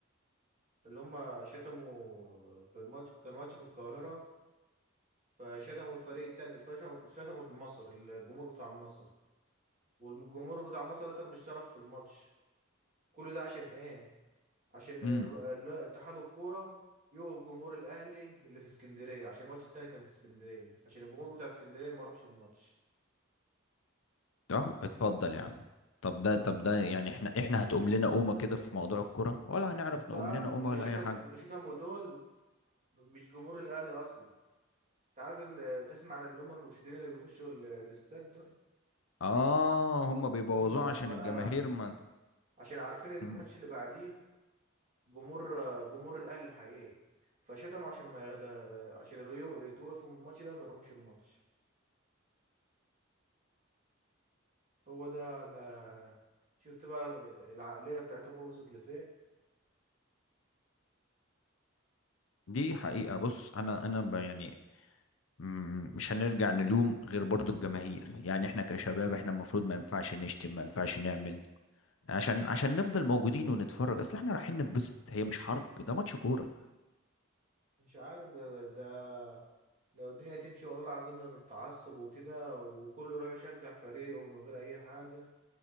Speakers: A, on the right (about 40°); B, on the left (about 70°).
A: اللي هما شتموا في الماتش كان ماتش في القاهرة فشتموا الفريق التاني فشتموا شتموا المصر الجمهور بتاع مصر والجمهور بتاع مصر اصلا مش شرف في الماتش كل ده عشان ايه عشان
B: امم
A: الر- ال- اتحاد الكوره يوقف جمهور الاهلي اللي في اسكندريه عشان الماتش التاني كان في اسكندريه عشان الجمهور بتاع اسكندريه ما راحش الماتش
B: أهو اتفضل يا عم طب ده طب ده يعني احنا احنا هتقوم لنا قومة كده في موضوع الكرة ولا هنعرف
A: دول بقى
B: نقوم لنا قومة
A: اللي
B: ولا
A: شتموا
B: أي حاجة
A: اللي شتموا دول مش جمهور الاهلي اصلا انت عارف ال- تسمع عن اللي هم المرشدين اللي بيخشوا ال- الاستاد دول
B: آه هما بيبوظوه
A: هم دول
B: عشان
A: بقى
B: الجماهير ما
A: عشان عارفين الماتش
B: مم.
A: اللي بعديه جمهور جمهور الاهلي الحقيقي فشتموا عشان ما يغدا عشان اللي يو- يتوقفوا من الماتش ده ما يروحوش الماتش هو ده أنا شفت بقى العقلية بتاعتهم وصلت لفين
B: دي حقيقة بص أنا أنا ب- يعني مم، مش هنرجع نلوم غير برضو الجماهير يعني احنا كشباب احنا المفروض ما ينفعش نشتم ما ينفعش نعمل عشان عشان نفضل موجودين ونتفرج اصل احنا رايحين نتبسط هي مش حرب ده ماتش كورة
A: مش عارف ده, ده, ده لو الدنيا تمشي والله العظيم من غير تعصب وكده وكله يروح يشجع فريقه من غير أي حاجة